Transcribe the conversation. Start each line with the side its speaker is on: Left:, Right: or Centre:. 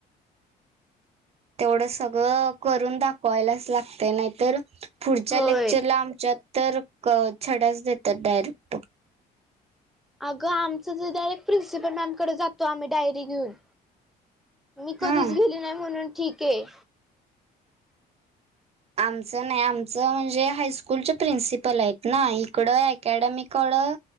Right: तेवढं सगळं करून दाखवायलाच लागत नाहीतर पुढच्या
Centre: होय
Right: लेक्चरला आमच्यात तर छडाच देतात डायरेक्ट
Centre: अगं आमचं डायरेक्ट प्रिनसिपलॅमकडे जातो आम्ही डायरी घेऊन मी कधीच
Right: हा
Centre: गेली नाही म्हणून ठीक आहे
Right: आमचं नाही आमचं म्हणजे हायस्कूलचे प्रिन्सिपल आहेत ना इकडं अकॅडमीकडं